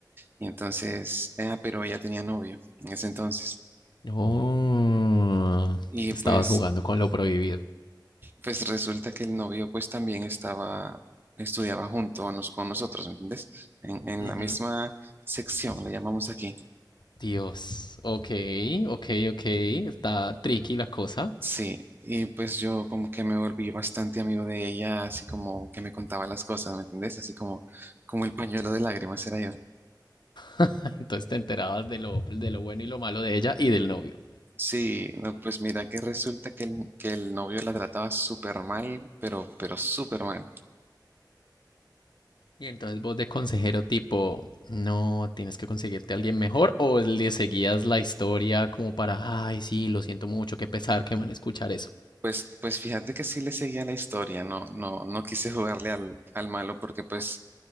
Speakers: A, on the right; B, on the left.
A: Y entonces, eh, pero ella tenía novio en ese entonces.
B: Oh,
A: Y
B: estabas
A: pues,
B: jugando con lo prohibido.
A: pues resulta que el novio pues también estaba, estudiaba junto a nos- con nosotros, ¿me entiendes? En, en
B: Ujú.
A: la misma sección, le llamamos aquí.
B: Dios, ok, ok, ok, está tricky la cosa.
A: Sí, y pues yo como que me volví bastante amigo de ella, así como que me contaba las cosas, ¿me entendés? Así como, como el pañuelo de lágrimas era yo.
B: <laughs> Entonces te enterabas de lo, de lo bueno y lo malo de ella y del novio.
A: Sí, no, pues mira que resulta que el, que el novio la trataba súper mal, pero, pero súper mal.
B: Y entonces vos de consejero tipo, no, tienes que conseguirte a alguien mejor o le seguías la historia como para, ay, sí, lo siento mucho, qué pesar, qué mal escuchar eso.
A: Pues, pues fíjate que sí le seguía la historia, no, no, no quise jugarle al, al malo porque pues,